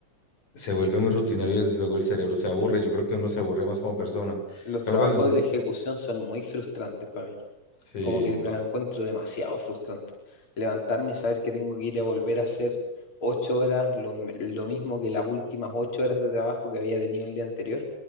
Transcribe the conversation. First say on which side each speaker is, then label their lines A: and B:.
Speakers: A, on the left; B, on the left.
A: se vuelve muy rutinario y luego el cerebro se aburre.
B: Sí.
A: Yo creo que uno se aburre más como persona. En
B: Los
A: cambio,
B: trabajos
A: cuando usted...
B: de ejecución son muy frustrantes para mí.
A: Sí,
B: Como que los encuentro demasiado frustrantes. Levantarme y saber que tengo que ir a volver a hacer ocho horas, lo, m- lo mismo que las últimas ocho horas de trabajo que había tenido el día anterior.